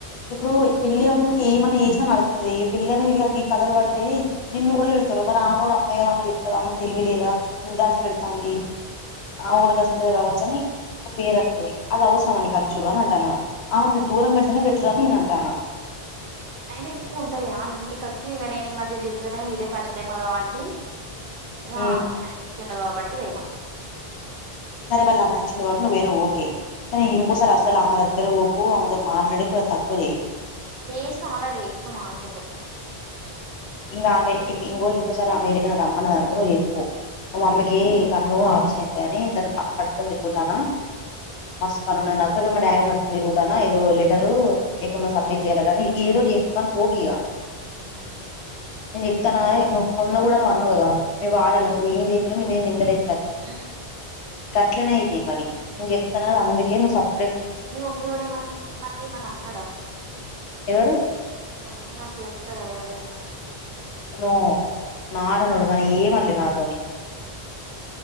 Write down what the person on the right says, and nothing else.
అయినా ఎక్కువ ఉంటది ఆమె ఇంటికి వచ్చి ఇక నేను ఈ మధ్య తిడుత ఇదే ఫస్ట్ టైం కదా అంటి మీ
ఆమెన్ వచ్చిండు కాబట్టి పోయిన
చేశా ఆల్రెడీ ఎక్కువ మాట్లడతలేను
ఆ
ఆ
మీఓ మీఓడు ఏమన్న ఈ మధ్య ఏమన్నా అన్నడా
మీఓడు మీఓడు తెలుత్తది గదా ఎవరన్నా ఏమన్నా అంటే